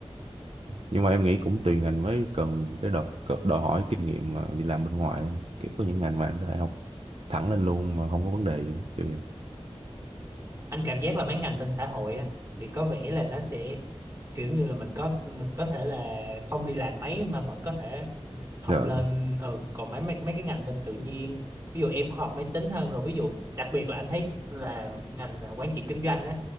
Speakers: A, on the right; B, on the right.
A: nhưng mà em nghĩ cũng tùy ngành mới cần cái đòi, cờ- đòi hỏi kinh nghiệm mà đi làm bên ngoài á. kiểu có những ngành mà anh có thể học thẳng lên luôn mà không có vấn đề gì kiểu vậy
B: anh cảm giác là mấy ngành bên xã hội á thì có vẻ là nó sẽ kiểu như là mình có mình có thể là không đi làm mấy mà vẫn có thể học
A: rồi
B: lên ừ, còn mấy, mấy mấy cái ngành bên tự nhiên ví dụ em khoa học máy tính hơn rồi ví dụ đặc biệt là anh thấy là ngành quản trị kinh doanh á